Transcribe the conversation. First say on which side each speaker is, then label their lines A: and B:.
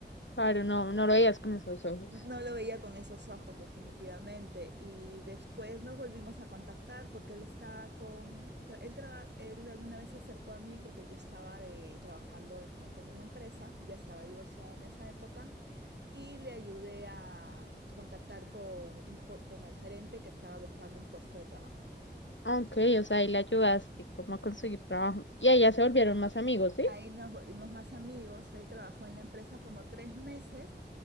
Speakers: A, on the left; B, on the right.
A: claro, no, no lo veías con esos ojos.
B: No lo veía con esos ojos, definitivamente. Y después nos volvimos a contactar porque él estaba con, tra- él, traba- él alguna vez se acercó a mí porque yo estaba de- trabajando de gerente en una empresa, ya estaba divorciada en esa época, y le ayudé a contactar con, un po- con el gerente que estaba buscando un puesto de trabajo.
A: Ok, o sea, ahí la ayudaste como a conseguir trabajo. Y ahí ya se volvieron más amigos, ¿sí?
B: Ahí nos volvimos más amigos. Él trabajó en la empresa como tres meses